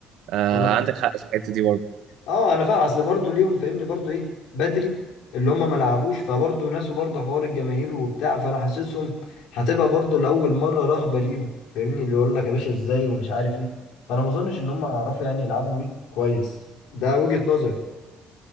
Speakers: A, on the right; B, on the left.
A: آه
B: انا
A: عندك حق في الحته دي برضو
B: اه انا فاهم اصل برضه ليهم فاهمني برضه ايه بدري اللي هم ما لعبوش فبرضه ناسوا برضه حوار الجماهير وبتاع فانا حاسسهم هتبقى برضه لاول مره رهبه ليهم فاهمني اللي يقول لك يا باشا ازاي ومش عارف ايه فانا ما اظنش ان هم هيعرفوا يعني يلعبوا ايه كويس ده وجهه نظري